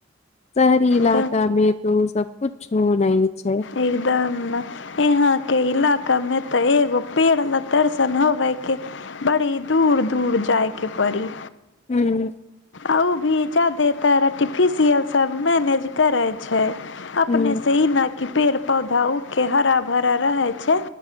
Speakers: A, on the left (about 35°); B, on the left (about 70°).
A: शहरी इलाकामे
B: तो
A: तो सब कुछ नहि छै
B: एकदम यहाँके इलाकामे तऽ एगो पेड़ दरसन होबै के बड़ी दूर-दूर जायके पड़ी
A: हूँ
B: आ ओ भी जादेतर आर्टिफिशियल सब मैनेज करै छै अपने
A: हूं
B: से ई ने कि पेड़ पौधा उगके हरा भरा रहै छै